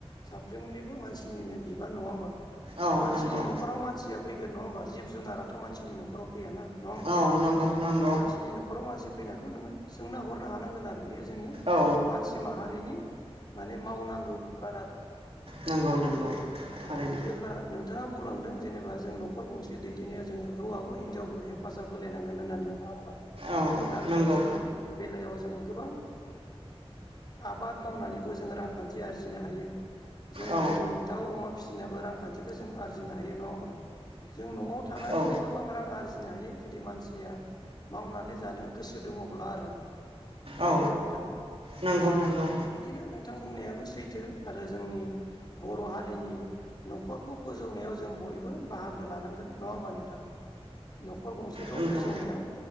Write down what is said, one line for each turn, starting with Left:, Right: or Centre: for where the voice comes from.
Left: साफ्रोमनिबो मानसिनिनो बिबान नङा ओमबा?
Right: औ
Left: मानसिनि
Right: नंगौ
Left: न'खराव मानसिया फैगोन नङा ओमबा जिब जुनाराथ' मानसिनि न'खराव फैयाना। नङा ओमबा
Right: औ नंगौ नंगौ
Left: मानसिनि न'खराव मानसि फैनायखौ नोङो सोंना हरनो हानांगोन आरो बियो जोंनि
Right: औ
Left: मानसि सि माहारिनि माने मावनांगौ बिबान आरो
Right: नंगौ नंगौ थारैनो
Left: औ जेब्ला नों बिथाङा बुंलांदों जेनेबा जों न'खर गंसे दैदेननायाव जोङो हौवाबो हिनजावबो हेफाजाब होलायनांगोन होननानै नङा होमबा
Right: औ
Left: रांखान्थि
Right: नंगौ
Left: बेलायाव जोङो गोबां आबाद मावनानैबो जोङो रांखान्थि आरजिनो हायो। जोङो
Right: औ
Left: जोंनि दाउ अमा फिसिनायाबो रांखान्थिखौ जों आरजिनो हायो, नङा होमबा? जों न'आव थानानैनो
Right: औ
Left: गो गोबां रां आरजिनो हायो जुदि मानसिया मावनानै जानो गोसो दङब्ला आरो। नङा
Right: औ
Left: होमबा नोंथां?
Right: नंगौ नंगौ
Left: बिदिनो नोंथां बुंनायाबो सैथो आरो जोंनि बर' हारिनि न'खरखौ फोजौनायाव जों बयबो बाहा गो लानांगोन नङा होमबा नोंथां? न'खर गंसेखौ
Right: नंगौ
Left: फोजौनायाव